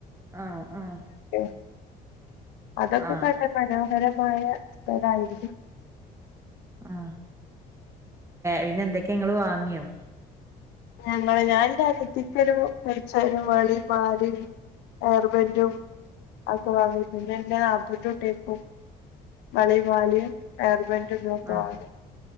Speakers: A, on the right (about 15°); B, on the left (about 85°).
A: ആഹ് ആഹ്
B: റ്റ് അതൊക്ക
A: ആഹ്
B: തന്നെ മനോഹര മായ സ്ഥലായിരിക്കും.
A: ആ പിന്നെ എന്തൊക്ക ഇങ്ങള് വാങ്ങിയോ?
B: ഞങ്ങള് ഞാൻ ഇന്റെ അനിയത്തിക്കൊരു കൈചെയിനും ഒരു വളേം മാലേം ഏർബാൻ്റും അതൊക്കെ വാങ്ങി. പിന്നെ ഇന്റെ നാത്തൂൻ്റെ കുട്ടിയക്കും വളേം മാലേം ഏർ ബാൻ്റും <unintelligible> ഒക്കെ
A: ആഹ്
B: വാങ്ങി.